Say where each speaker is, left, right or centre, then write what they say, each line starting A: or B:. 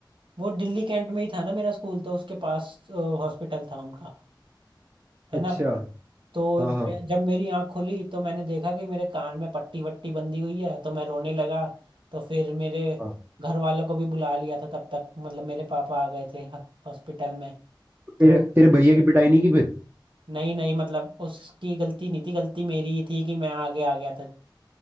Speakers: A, on the right; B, on the right.
A: वो दिल्ली कैंट में ही था ना मेरा स्कूल तो उसके पास हॉस्पिटल था उनका है
B: अच्छा
A: ना तो
B: हाँ
A: ज-
B: हाँ
A: जब मेरी आंख खुली तो मैंने देखा कि मेरे कान में पट्टी वट्टी बंधी हुई है तो मैं रोने लगा तो फिर मेरे
B: हाँ
A: घर वालों को भी बुला लिया था तब तक मतलब मेरे पापा आ गए थे हॉस्पिटल में तो
B: तेरे तेरे भैया की पिटाई नहीं की फिर
A: नहीं नहीं मतलब उसकी गलती नहीं थी गलती मेरी ही थी कि मैं आगे आ गया था